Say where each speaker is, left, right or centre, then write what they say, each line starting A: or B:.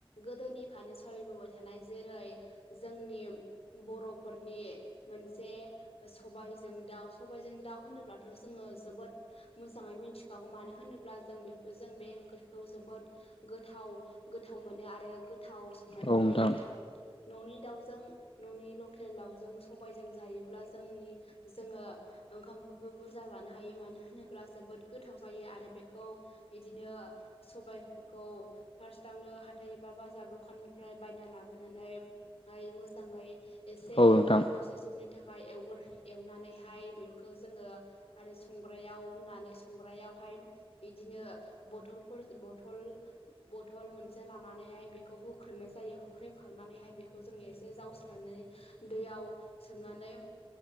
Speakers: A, on the left (about 90°); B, on the left (about 65°).
A: गोदोनिफ्रायनो सोलिबोबाय थानाय जेरै जोंनि बर'फोरनि मोनसे सबायजों दाउ सबायजों दाउ होनोब्लाथ' जोङो जोबोद मोजाङै मिथिखागौ मानो होनोब्ला जों बे जों बे ओंख्रिखौ जोबोद गोथाव गोथाव मोनो आरो गोथाव संनानै
B: औ नोंथां
A: जायो आरो। न'नि दाउजों न'नि लकेल दाउजों सबायजों जायोब्ला जोंनि जोङो ओंखामखौबो बुरजा जानो हायो मानो होनोब्ला जोबोद गोथाव जायो आरो बेखौ बिदिनो सबायफोरखौ फार्स्टावनो हा हथायबा बाजार दखाननिफ्राय बायना लाबोनानै मोजाङै एसे
B: औ नोंथां
A: दसे समनि थाखाय एवगोर एवनानैहाय बेखौ जोङो आरो संग्रायाव होननानै संग्रायावहाय इदिनो बथलफोरल बथल मोनसे एसे लानानैहाय बेखौ हुख्रेमनाय जायो हुख्रेमखांनानैहाय बेखौ जोङो एसे जावस्रनानै दैयाव सोमनानै